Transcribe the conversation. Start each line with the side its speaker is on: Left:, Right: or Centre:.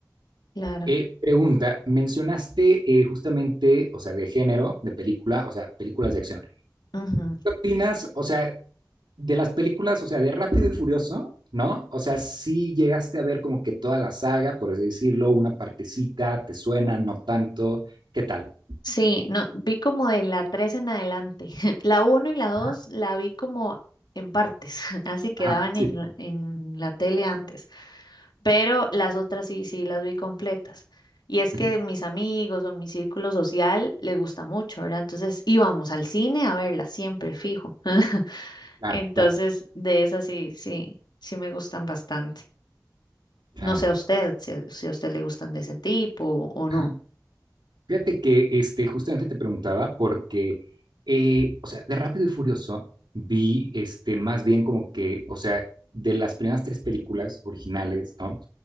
Left: claro.
Right: Eh, pregunta, mencionaste eh, justamente, o sea, de género, de película, o sea, películas de acción.
Left: ujú.
Right: ¿Qué opinas, o sea, de las películas, o sea, de Rápido y Furioso, ¿no? O sea, si llegaste a ver como que toda la saga, por así decirlo, una partecita, te suena, no tanto, ¿qué tal?
Left: Sí, no, vi como de la 3 en adelante. <laughs> La uno y la dos
Right: Ajá,
Left: la vi como en partes, <laughs> así quedaban
Right: ajá, sí.
Left: en
Right: sí.
Left: la, en la tele antes, pero las otras sí, sí las vi completas. Y es
Right: Ujú,
Left: que mis amigos o mi círculo social les gusta mucho, ¿verdad? Entonces íbamos al cine a verla siempre, fijo. <laughs>
Right: Claro,
Left: Entonces,
Right: claro.
Left: de esas sí, sí, sí me gustan bastante.
Right: claro.
Left: No sé a usted, si, a si a usted le gustan de ese tipo o,
Right: Ajá.
Left: no.
Right: Fíjate que este, justamente te preguntaba porque, eh, o sea, de Rápido y Furioso vi este, más bien como que, o sea, de las primeras tres películas originales, ¿no?